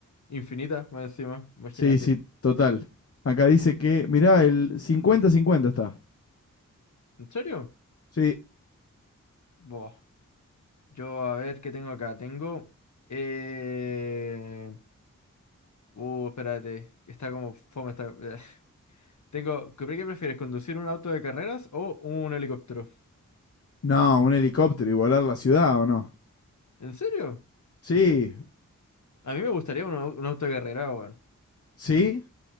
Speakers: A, on the left; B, on the left.
A: Infinita, más encima, imagínate.
B: Sí, sí, total. Acá dice que, mirá, el cincuenta-cincuenta está.
A: ¿En serio?
B: Sí.
A: Buah. Yo, a ver, ¿qué tengo acá? Tengo... Eh... Uh, espérate. Está como fome esta... <laughs> Tengo, ¿qué qué prefieres? ¿Conducir un auto de carreras o un helicóptero?
B: No, un helicóptero y volar la ciudad, ¿o no?
A: ¿En serio?
B: Sí,
A: A mí me gustaría un, au- un auto de carrera, weón.
B: sí.